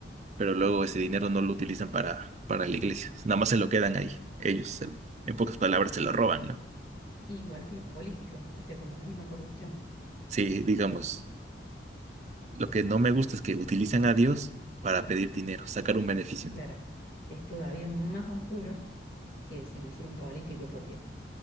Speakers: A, on the right; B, on the left.
A: pero luego ese dinero no lo utilizan para, para la iglesia. Nada más se lo quedan ahí. Ellos, se- en pocas palabras, se lo roban, ¿no?
B: Igual que los políticos, o sea, como la misma corrupción.
A: Sí, digamos, lo que no me gusta es que utilizan a Dios para pedir dinero, sacar un beneficio,
B: Claro,
A: ¿no?
B: es todavía más oscuro que si lo hiciera un político, porque